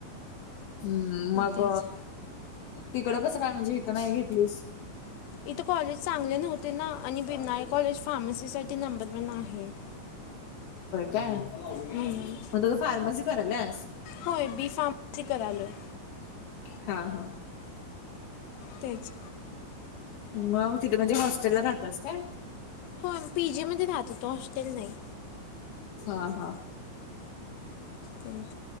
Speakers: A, on the left; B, on the left.
A: हू मग
B: तेच
A: तिकडं कसं काय म्हणजे हिथं नाही घेतलीस
B: इथं कॉलेज चांगले नव्हते ना आणि बिरनाळे
A: होय
B: कॉलेज फार्मसीसाठी नंबर वन आहे
A: काय म्हटलं
B: म्हणून
A: तर फार्मसी कराल्यास
B: होय बी फार्मसी करालोय
A: हा हा
B: तेच
A: म तिथ म्हणजे होस्टेलला राहत्यास काय
B: होय मी पी जी मध्ये राहत होतो हॉस्टेल नाही
A: हा हा
B: तेच,